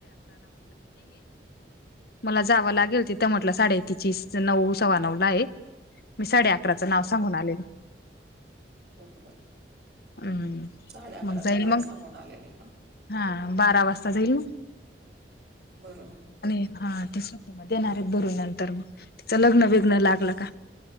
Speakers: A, on the left; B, on the right.
A: मला
B: हम्म
A: जावं लागेल तिथं म्हटलं साडे ततीची नऊ सव् नऊ ला आहे मी साडे अकराचं
B: बरोबर
A: नाव सांगून आलेल
B: बरोबर
A: ह
B: साडे अकराचं
A: मग जाईल
B: नाव
A: मग
B: सांगून आलेले ना
A: हा बारा वाजता जाईल मग
B: बरोबर
A: आणि हा ती सु्टी म देणार एक बर नंतर मग तिचं लग्न वेग्न लागलं का